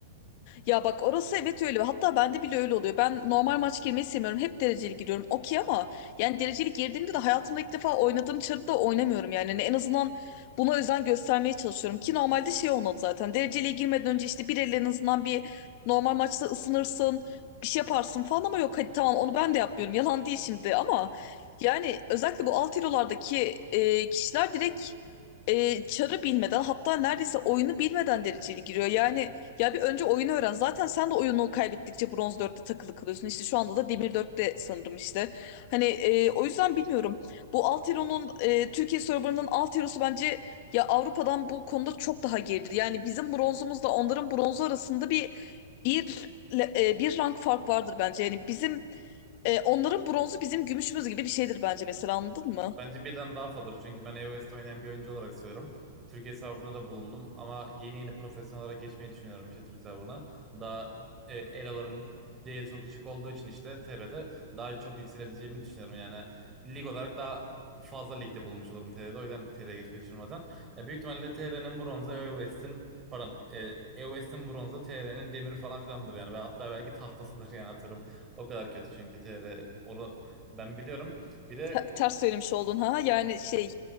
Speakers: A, on the left; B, on the right.
A: Ya bak orası evet öyle. Hatta bende bile öyle oluyor. Ben normal maç girmeyi sevmiyorum. Hep dereceli giriyorum. Okey ama yani dereceli girdiğimde de hayatımda ilk defa oynadığım çarıda oynamıyorum yani. Hani en azından buna özen göstermeye çalışıyorum. Ki normalde şey olmadı zaten. Dereceliye girmeden önce işte bir el en azından bir normal maçta ısınırsın. Bir şey yaparsın falan ama yok hadi tamam onu ben de yapmıyorum. Yalan değil şimdi ama yani özellikle bu alt hero'lardaki e, kişiler direkt e, çarı bilmeden hatta neredeyse oyunu bilmeden dereceli giriyor. Yani ya bir önce oyunu öğren. Zaten sen de oyunu kaybettikçe bronz dörtte takılı kalıyorsun. İşte şu anda da demir dörtte sanırım işte. Hani e, o yüzden bilmiyorum. Bu Altero'nun e, Türkiye serverının Altero'su bence ya Avrupa'dan bu konuda çok daha geridir. Yani bizim bronzumuzla onların bronzu arasında bir bir le- e, bir rank fark vardır bence. Yani bizim e, onların bronzu bizim gümüşümüz gibi bir şeydir bence mesela anladın mı?
B: Bence birden daha fazladır. Çünkü ben iOS'te oynayan bir oyuncu olarak söylüyorum. Türkiye serverına da bulundum ama yeni yeni profesyonel olarak geçmeyi düşünüyorum işte Türk serverına. Daha e, eloların değeri çok düşük olduğu için işte TR'de daha çok yükselebileceğimi düşünüyorum. Yani lig olarak daha fazla ligde bulunmuş olurum TR'de. O yüzden TR'ye geçmeyi düşünüyorum zaten. Ya büyük ihtimalle TR'nin bronzu iOS'in pardon e, iOS'in bronzu TR'nin demiri falan filandır yani. Ve hatta belki tahtasıdır yani atarım. O kadar kötü çünkü TR onu ben biliyorum. Bir de
A: Te- ters söylemiş oldun ha. Yani şey